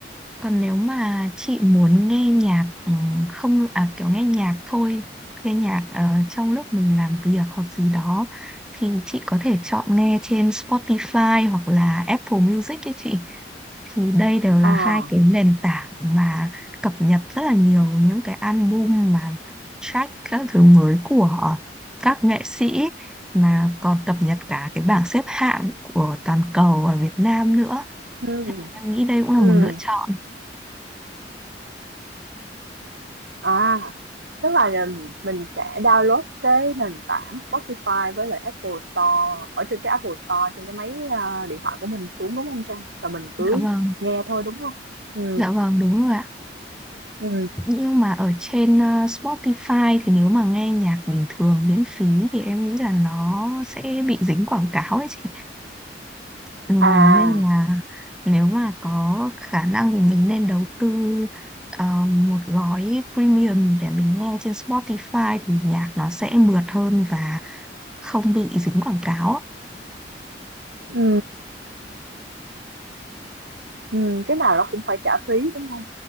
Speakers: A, in the centre; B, on the right.
A: Còn nếu mà chị muốn nghe nhạc ừ, không à kiểu nghe nhạc thôi, nghe nhạc ờ, trong lúc mình làm việc hoặc gì đó thì chị có thể chọn nghe trên Spotify hoặc là Apple Music ấy chị. Thì đây đều
B: Ờ.
A: là hai cái nền tảng mà cập nhật rất là nhiều những cái album mà track các thứ mới của các nghệ sĩ mà còn cập nhật cả cái bảng xếp hạng của toàn cầu ở Việt Nam nữa.
B: ừ
A: Em nghĩ đây cũng là
B: ừ
A: một lựa chọn.
B: à, tức là, ờ, mình sẽ download cái nền tảng Spotify với lại Apple Store ở trên cái Apple Store trên cái máy, a, điện thoại của mình xuống, đúng không Trang? Rồi mình cứ
A: Dạ vâng.
B: nghe thôi, đúng không ừ
A: Dạ vâng đúng rồi ạ.
B: ừ
A: Nhưng mà ở trên ờ, Spotify thì nếu mà nghe nhạc bình thường miễn phí thì em nghĩ là nó sẽ bị dính quảng cáo ấy chị. Ừ,
B: À,
A: Vâng nên là nếu mà có khả năng thì mình nên đầu tư ờ, một gói premium để mình nghe trên Spotify thì nhạc nó sẽ mượt hơn và không bị dính quảng cáo. ạ.
B: ừ ừ cái nào nó cũng phải trả phí, đúng không